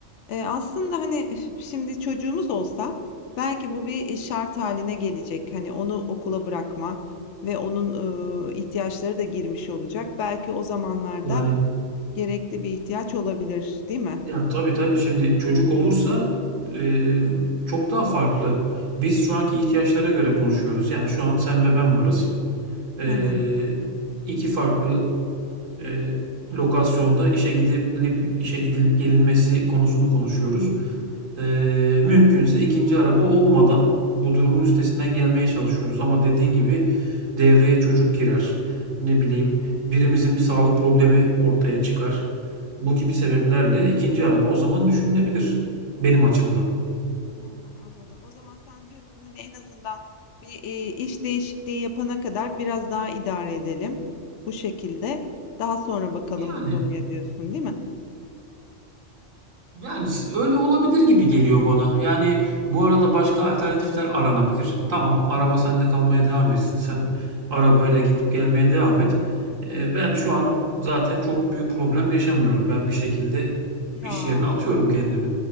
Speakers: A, on the left (about 70°); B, on the right (about 90°).
A: Ee, aslında hani şimdi çocuğumuz olsa belki bu bir şart haline gelecek. Hani onu okula bırakma ve onun e, ihtiyaçları da girmiş olacak. Belki o zamanlarda
B: Yani
A: gerekli bir ihtiyaç olabilir, değil mi?
B: ya tabii tabii şimdi çocuk olursa eee, çok daha farklı. Biz şu anki ihtiyaçlara göre konuşuyoruz. Yani şu an sen ve ben varız. Ee,
A: Hı hı.
B: iki farklı e, lokasyonda işe gidilip işe gidilip gelinmesi konusunu konuşuyoruz. Ee, mümkünse ikinci araba olmadan bu durumun üstesinden gelmeye çalışıyoruz. Ama dediğin gibi devreye çocuk girer. Ne bileyim, birimizin bir sağlık problemi ortaya çıkar. Bu gibi sebeplerle ikinci araba o zaman düşünülebilir benim açımdan.
A: Hı hı, Anladım. O zaman sen diyorsun hani en azından bir e, iş değişikliği yapana kadar biraz daha idare edelim bu şekilde. Daha sonra bakalım
B: Yani.
A: bu konuya diyorsun, değil mi?
B: Yani s- öyle olabilir gibi geliyor bana. Yani bu arada başka alternatifler aranabilir. Tamam, araba sende kalmaya devam etsin. Sen arabayla gidip gelmeye devam et. Ee, ben şu an zaten çok büyük problem yaşamıyorum. Ben bir şekilde
A: Ya.
B: iş yerine atıyorum kendimi.